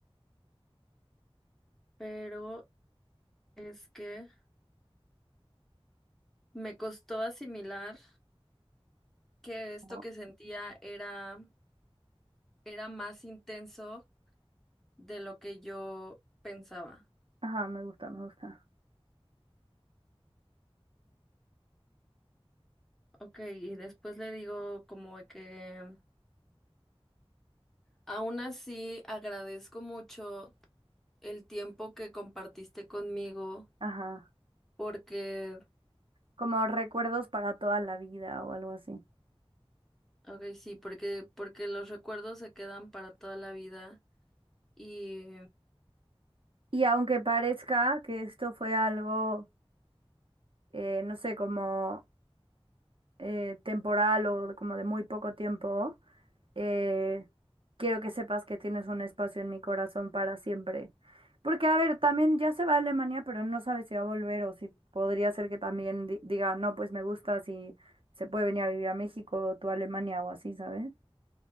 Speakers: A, in the centre; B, on the right (about 60°).
A: pero es que me costó asimilar. que esto
B: Como,
A: que sentía era, era más intenso de lo que yo pensaba.
B: Ajá, me gusta, me gusta.
A: Ok, y después le digo como de que aún así agradezco mucho el tiempo que compartiste conmigo
B: Ajá.
A: porque,
B: Como recuerdos para toda la vida o algo así.
A: ok, sí, porque, porque los recuerdos se quedan para toda la vida y...
B: Y aunque parezca que esto fue algo, eh, no sé, como eh, temporal o de- como de muy poco tiempo, eh, quiero que sepas que tienes un espacio en mi corazón para siempre. Porque, a ver, también ya se va a Alemania, pero no sabe si va a volver o si podría ser que también di- diga, no, pues me gusta si se puede venir a vivir a México o tú a Alemania o así, ¿sabes?